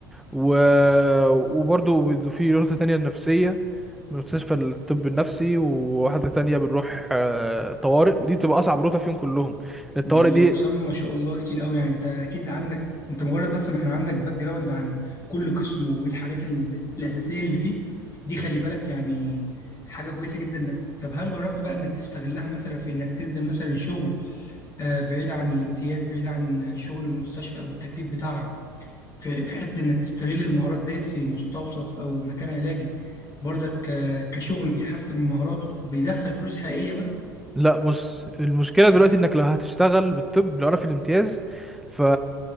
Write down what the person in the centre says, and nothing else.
و... وبرضه في نقطة تانية النفسية من مستشفى الطب النفسي وواحدة تانية بنروح آه، طوارئ ودي بتبقى أصعب روتة فيهم كلهم لأن
الطوارئ دي
لا بص المشكلة دلوقتي إنك لو هتشتغل بالطب لو أنا في الامتياز ف